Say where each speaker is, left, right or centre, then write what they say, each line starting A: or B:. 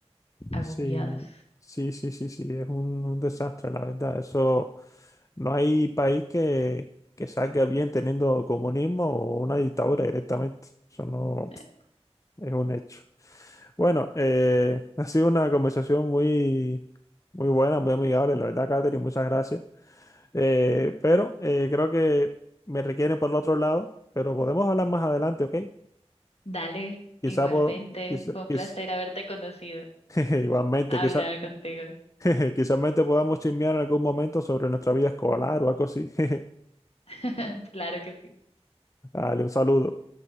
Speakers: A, on the left; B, on the left.
A: agobiados.
B: Sí, sí, sí, sí, sí, es un, un desastre, la verdad. Eso, no hay país que, que salga bien teniendo comunismo o una dictadura directamente. Eso no
A: Eh,
B: es un hecho. Bueno, eh, <laughs> ha sido una conversación muy, muy buena, muy amigable, la verdad, Catherine, muchas gracias. Eh, pero eh, creo que me requieren por el otro lado, pero podemos hablar más adelante, ¿ok?
A: Dale,
B: Quizá,
A: igualmente,
B: por, quizá-
A: fue un
B: quiz-
A: placer haberte conocido,
B: <laughs> igualmente,
A: hablar
B: quizá
A: contigo.
B: <laughs> Quizás podamos chismear en algún momento sobre nuestra vida escolar o algo así. <laughs>
A: <laughs> Claro que sí.
B: Dale, un saludo.